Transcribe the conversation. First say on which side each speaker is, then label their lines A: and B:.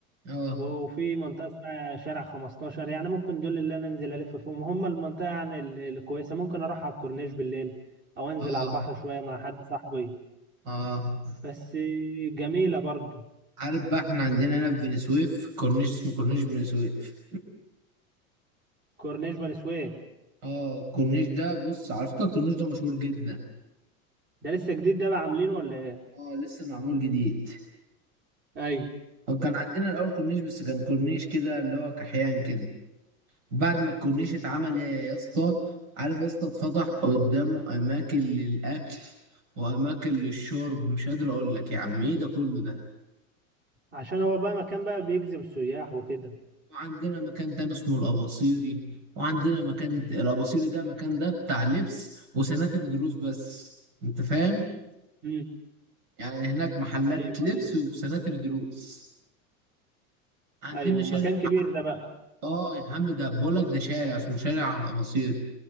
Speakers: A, on the right; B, on the right.
A: اه
B: وفي منطقه اسمها شارع 15 يعني ممكن دول اللي انا انزل الف فيهم هم المنطقه يعني ال- الكويسه ممكن اروح على الكورنيش بالليل او انزل
A: اه
B: على البحر شويه مع حد صاحبي
A: اه
B: بس جميله برضو
A: عارف بقى احنا عندنا هنا في بني سويف كورنيش اسمه كورنيش بني سويف
B: كورنيش بني سويف
A: اه الكورنيش ده بص على فكره الكورنيش ده مشهور جدا
B: ده لسه جديد ده بقى عاملينه ولا ايه
A: اه لسه معمول جديد
B: ايوه
A: وكان عندنا الاول كورنيش بس كان كورنيش كده اللي هو كحيان كده بعد ما الكورنيش اتعمل يا يا اسطى عارف يا اسطى اتفتح قدامه اماكن للاكل واماكن للشرب مش قادر اقول لك يا عم ايه ده كله ده
B: عشان هو بقى مكان بقى بيجذب السياح وكده
A: وعندنا مكان تاني اسمه الاباصيري وعندنا مكان الاباصيري ده مكان ده بتاع لبس وسناتر دروس بس انت فاهم
B: امم
A: يعني هناك محلات
B: ايوه
A: لبس
B: ايوه
A: وسناتر دروس عندنا
B: ايوه
A: شارع
B: مكان كبير ده بقى
A: اه يا عم ده بقول لك ده شارع اسمه شارع الاباصير